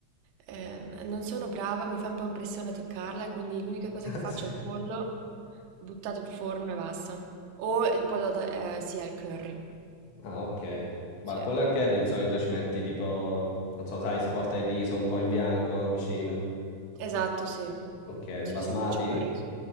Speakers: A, on the right (about 75°); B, on the left (about 80°).
A: ehm, non sono brava, mi fa un po' impressione toccarla, quindi l'unica
B: <laughs>
A: cosa che
B: Ah,
A: faccio
B: sì.
A: è il pollo buttato in forno e basta. O il pollo, ta- eh, sì, al curry.
B: Ah, ok. Ma
A: Sì.
B: il pollo al curry di solito ci metti tipo, non so, sai, si porta il riso un po' in bianco vicino.
A: Esatto, sì.
B: Ok,
A: Sì,
B: un basmati?
A: sì, faccio col riso.